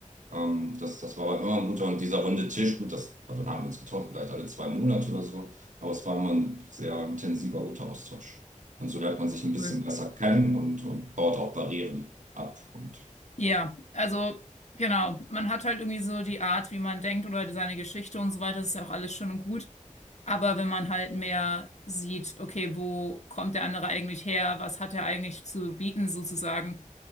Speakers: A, on the right (about 70°); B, on the left (about 60°).
A: Ähm, das, das war aber immer ein guter und dieser runde Tisch, gut, das, dann haben wir uns getroffen, vielleicht alle zwei Monate oder so, aber es war immer ein sehr intensiver, guter Austausch. Und so lernt man sich ein bisschen
B: cool.
A: besser kennen und, und baut auch Barrieren ab. Und,
B: Ja, also, genau, man hat halt irgendwie so die Art, wie man denkt oder seine Geschichte und so weiter, das ist ja auch alles schön und gut. Aber wenn man halt mehr sieht, okay, wo kommt der andere eigentlich her, was hat er eigentlich zu bieten sozusagen,